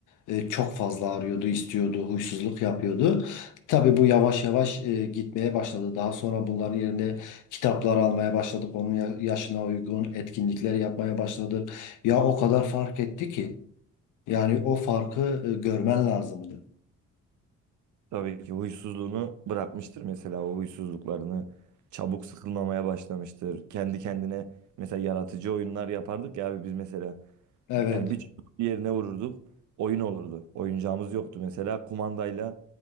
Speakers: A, on the left; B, on the right.
A: E, çok fazla arıyordu, istiyordu, huysuzluk yapıyordu. Tabii bu yavaş yavaş e, gitmeye başladı. Daha sonra bunların yerine kitaplar almaya başladık. Onun ya- yaşına uygun etkinlikler yapmaya başladık. Ya o kadar fark etti ki. Yani o farkı e, görmen lazımdı.
B: Tabii ki huysuzluğunu bırakmıştır mesela o huysuzluklarını. Çabuk sıkılmamaya başlamıştır. Kendi kendine mesela yaratıcı oyunlar yapardık ya abi biz mesela.
A: Evet.
B: Yani bir çubuk bir yerine vururduk. Oyun olurdu. Oyuncağımız yoktu mesela. Kumandayla